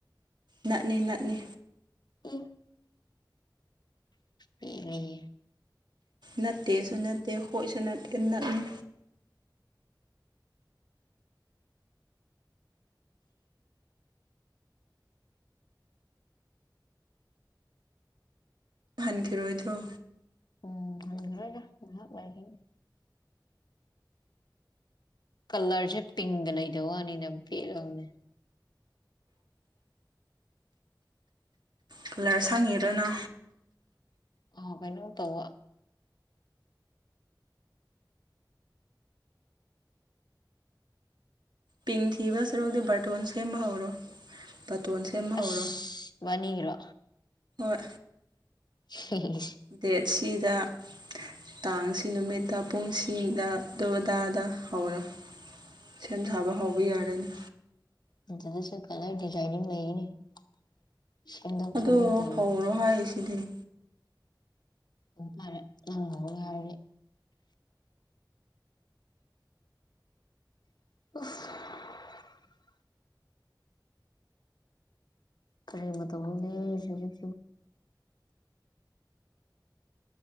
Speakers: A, on the right; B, on the left.
A: ꯅꯥꯅꯤ ꯅꯅꯥꯅꯤ
B: <unintelligible> ꯍ ꯂꯩ
A: ꯅꯠꯇꯦꯁꯨ ꯅꯠꯇꯦ ꯍꯣꯣꯏꯁꯨ ꯅ ꯅꯅꯤ ꯍꯟꯈꯤꯔꯣꯏꯗ꯭ꯔꯣ
B: ꯎꯝ ꯍꯔꯣꯏꯅ ꯉꯍꯥꯛ ꯂꯒꯅꯤ ꯀꯂꯔꯁꯦ ꯄꯤꯡꯗ ꯂꯩꯗꯕ ꯋꯥꯅꯤꯅ ꯄꯦꯔꯅꯦ
A: ꯀꯂꯔ ꯁꯥꯡꯉꯦꯔꯅ
B: ꯑꯣ ꯀꯩꯅ ꯇꯋꯥ
A: ꯄꯤꯡ ꯊꯤꯕ ꯁꯔꯨꯛꯇꯗꯤ ꯕꯥꯔꯇꯣꯟ ꯁꯦꯝꯕ ꯍꯧꯔꯣ ꯕꯥꯔꯇꯣꯟ ꯁꯦꯝꯕ
B: ꯑꯁ
A: ꯍꯧꯔꯣ
B: ꯃꯥꯅꯤꯔꯣ
A: ꯍꯣꯏ
B: ꯍꯝ
A: ꯗꯦꯠ ꯁꯤꯗ ꯇꯥꯡꯁꯤ ꯅꯨꯃꯤꯠꯇ ꯄꯨꯡꯁꯤꯗ ꯑꯗꯨꯗꯥꯗ ꯍꯧꯔꯣ ꯁꯦꯝ ꯁꯥꯕ ꯍꯧꯕ ꯌꯥꯔꯅꯤ
B: ꯑꯗꯨ ꯑꯗꯨꯁꯨ ꯀꯂꯔ ꯗꯤꯖꯥꯏꯅꯤꯡ ꯂꯩꯅꯦ ꯍ ꯐ
A: ꯑꯗꯣ
B: ꯇꯔ
A: ꯍꯧꯔꯣ ꯍꯥꯏꯔꯤꯁꯤꯗꯤ
B: ꯑ ꯐꯔꯦ ꯉꯉꯣ ꯌꯥꯕꯦ ꯎꯐ ꯀꯔꯤ ꯃꯇꯧꯅꯦꯖꯤꯛ